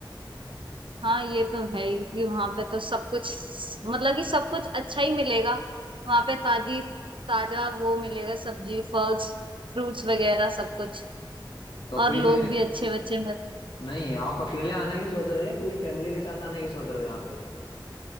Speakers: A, on the right; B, on the left.
A: हाँ ये तो है ही कि वहां पे तो सब कुछ मतलब कि सब कुछ अच्छा ही मिलेगा वहां पे ताजी ताजा वो मिलेगा सब्जी फल फ्रूट्स वगैरह सब कुछ
B: तो
A: और
B: फिर
A: लोग भी अच्छे बच्चे
B: नहीं आप अकेले आने की सोच रहे हो या पूरी फैमिली के साथ आने की सोच रहे हो यहाँ पे